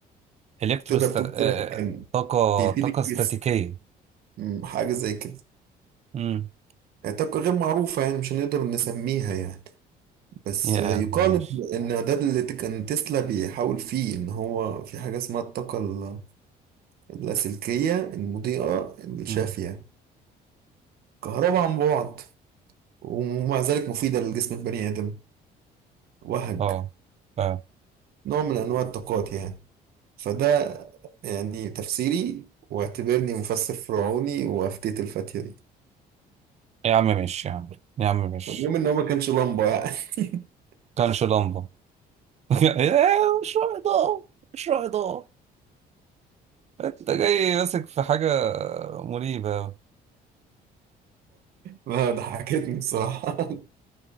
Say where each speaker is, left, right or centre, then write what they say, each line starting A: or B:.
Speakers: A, on the right (about 40°); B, on the right (about 65°).
A: الكتروست
B: تقدر تقول
A: آه، آه،
B: كده كان
A: طاقة
B: بيفيدك
A: طاقة استاتيكية
B: كتير مم، حاجة زي كده
A: امم
B: طاقة غير معروفة يعني مش هنقدر نسميها يعني بس
A: يا
B: يقال
A: عم ماشي
B: إن إن ده اللي كان تسلا بيحاول فيه إن هو في حاجة اسمها الطاقة ال- اللاسلكية المضيئة الشافية
A: امم
B: كهرباء عن بعد ومع ذلك مفيدة لجسم البني آدم وهج
A: اه اه
B: نوع من أنواع الطاقات يعني فده يعني تفسيري واعتبرني مفسر فرعوني وأفتيت الفتية دي
A: يا عم ماشي يا عم يا عم ماشي
B: المهم إن هو ما كانش لمبة يعني <laughs>
A: كانش لمبة <laughs> إيه، مشروع إضاءة مشروع إضاءة <laughs> انت جاي ماسك في حاجة مريبة
B: ما ضحكتني الصراحة <laughs>